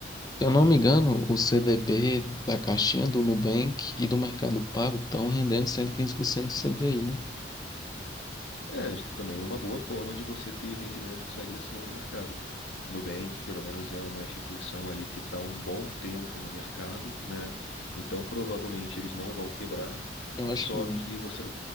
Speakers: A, on the left (about 20°); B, on the left (about 85°).
A: Se eu não me engano, o CDB da caixinha do Nubank e do Mercado Pago estão rendendo 115% do CDI, né?
B: É, também é uma boa forma de você ter rendimentos aí acima do mercado. Nubank, pelo menos, é uma instituição aí que está um bom tempo no mercado, né? Então, provavelmente eles não vão quebrar.
A: Eu acho
B: Só
A: que não.
B: que você